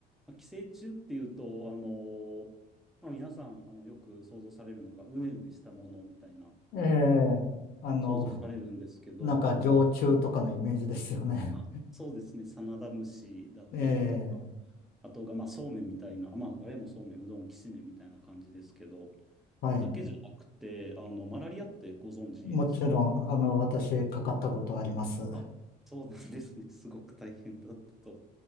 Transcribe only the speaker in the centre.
まあ寄生虫っていうと、あの、まあ、皆さん、あの、よく想像されるのが、うねうねしたものみたいな、
想像されるんですけど、
あ、そうですね。サナダムシだったりとか、
あとが、まあ、そうめんみたいな、まあ、あれもそうめん、うどん、きしめんみたいな感じですけど、
だけじゃなくて、あの、マラリアってご存知ですか
あそうなんですね。すごく大変だったと。